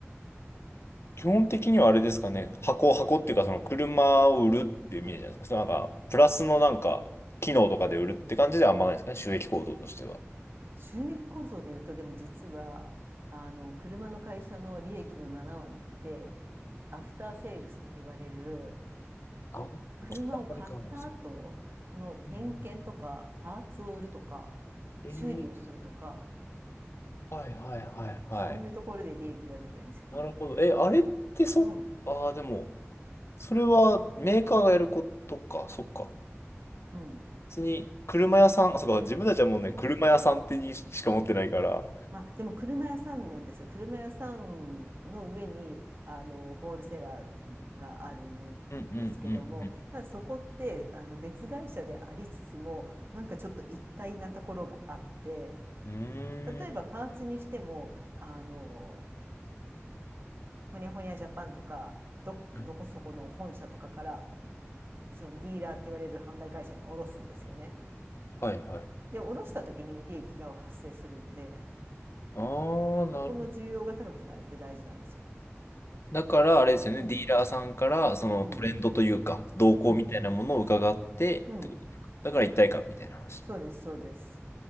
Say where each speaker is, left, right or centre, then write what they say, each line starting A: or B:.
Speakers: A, on the left; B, on the right.
A: 基本的にはあれですかね、箱、箱っていうか、その車を売るっていう意味じゃないですか。
B: うん、
A: そのなんか、プラスのなんか、機能とかで売るって感じではあんまないですかね、収益構造としては。
B: 収益構造で言うとでも実はあの車の会社の利益の7割ってアフターセールスって言われる
A: あ、
B: 車を買った後の点検とかパーツを売るとか
A: 機能あるかもしれない。えー、
B: 修理をするとか
A: はいはいはいはい。
B: そういうところで利益が出てるんですよね。
A: なるほど。え、あれってそ、
B: うん
A: ああ、でも、それはメーカーがやることか、そっか。
B: うん
A: 別に、車屋さん、あ、そっか、自分たちはもうね、
B: うん
A: 車屋さんってにしか持ってないから。
B: まあ、でも車屋さんなんですよ車屋さんの上にあのホールセラーがあるのですけどもただそこってあの別会社でありつつもなんかちょっと一体なところがあって
A: うんうんうんうん。
B: 例えばパーツにしてもあの
A: う
B: ホニャホニャジャパンとかどどこそこの本社とかから
A: ーん。
B: そのディーラーって言われる販売会社に卸すんですよね。
A: はいはい。
B: で卸した時に利益が発生するので
A: ああ、なる
B: そこの需要が高くなるって大事なんですよ。
A: だから、あれですよね、
B: うん
A: ディーラーさんから、そのトレンドというか、
B: うん
A: 動向みたいなものを伺って、
B: うんうん
A: ってことですかだから一体感みたいな話だ。
B: そうですそうです。